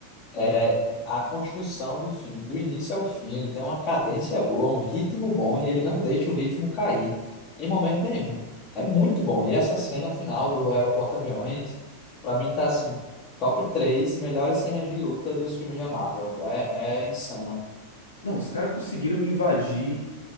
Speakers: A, on the left; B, on the left.
A: é a construção do filme, do início ao fim. Ele tem uma cadência boa, um ritmo bom e ele não deixa o ritmo cair em momento nenhum. É muito bom. E essa cena final do Aeroporto Aviões, pra mim tá assim, top três melhores cenas de luta dos filmes da Marvel. É, é insana.
B: Não, os caras conseguiram me invadir